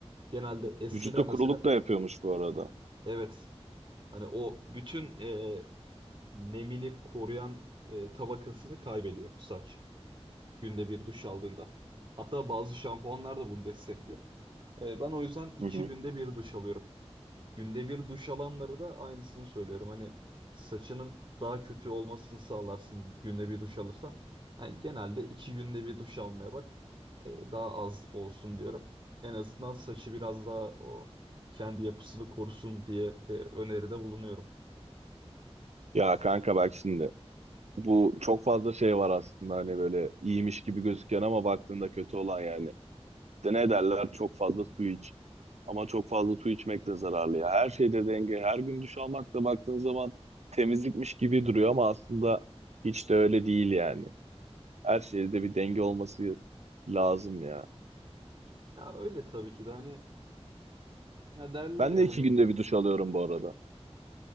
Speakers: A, on the right; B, on the right.
A: Genelde eskiden
B: Vücutta kuruluk
A: mesela
B: da yapıyormuş bu arada.
A: evet hani o bütün e, nemini koruyan e, tabakasını kaybediyor saç. Günde bir duş aldığında. Hatta bazı şampuanlar da bunu destekliyor. Ee, ben o yüzden iki
B: Hı hı.
A: günde bir duş alıyorum. Günde bir duş alanları da aynısını söylüyorum. Hani saçının daha kötü olmasını sağlarsın günde bir duş alırsan. Yani genelde iki günde bir duş almaya bak. Ee, daha az olsun diyorum. En azından saçı biraz daha o kendi yapısını korusun diye e, öneride bulunuyorum.
B: Ya kanka bak şimdi. Bu çok fazla şey var aslında hani böyle iyiymiş gibi gözüken ama baktığında kötü olan yani. de ne derler çok fazla su iç. Ama çok fazla su içmek de zararlı ya. Her şeyde denge. Her gün duş almak da baktığın zaman temizlikmiş gibi duruyor ama aslında hiç de öyle değil yani. Her şeyde bir denge olması lazım ya.
A: Ya öyle tabii ki de hani ya derler
B: Ben
A: ya
B: de iki
A: hani
B: günde bir duş alıyorum bu arada.